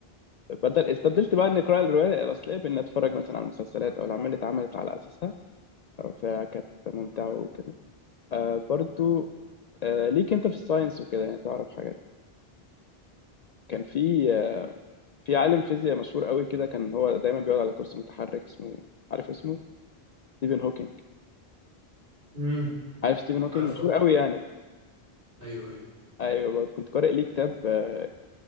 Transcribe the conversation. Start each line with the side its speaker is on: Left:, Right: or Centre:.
Left: بدل استبدلت بقى اني اقرا الروايه الاصليه باني اتفرج مثلا على المسلسلات او الاعمال اللي اتعملت على اساسها فكانت ممتعه وكده آه برضو آه ليك انت في الساينس وكده يعني تعرف حاجات كان في آه في عالم فيزياء مشهور قوي كده كان هو دايما بيقعد على كرسي متحرك اسمه عارف اسمه ستيفن هوكينج
Right: امم
Left: عارف ستيفن هوكينج
Right: عارفه
Left: مشهور قوي يعني
Right: ايوه ايوه
Left: ايوه برضه كنت قارئ ليه كتاب آه